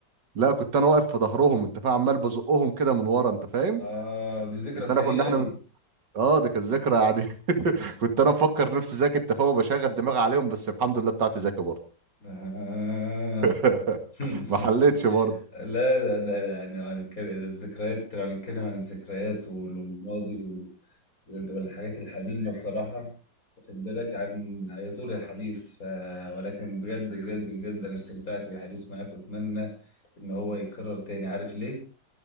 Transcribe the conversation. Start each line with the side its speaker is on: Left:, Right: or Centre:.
Right: لا كنت انا واقف في ظهرهم انت فاهم عمال بزقهم كده من ورا انت فاهم
Left: اه دي ذكرى
Right: انت
Left: سيئه
Right: انا كنا احنا
Left: دي
Right: اه ده كانت ذاكرة يعني <laughs> كنت انا مفكر نفسي ذكي انت فاهم بشغل دماغي عليهم بس الحمد لله بتاعتي ذكي برضه
Left: آه.
Right: <laughs>
Left: <laughs>
Right: ما حليتش برضه
Left: لا لا ده ده يعني لو هنتكلم ده الذكريات لو هنتكلم عن الذكريات وال- والماضي وال- وال- والحاجات الحميمة بصراحة واخد بالك عن يطول الحديث ف... ولكن بجد بجد بجد أنا استمتعت بالحديث معاك وأتمنى إن هو يتكرر تاني عارف ليه؟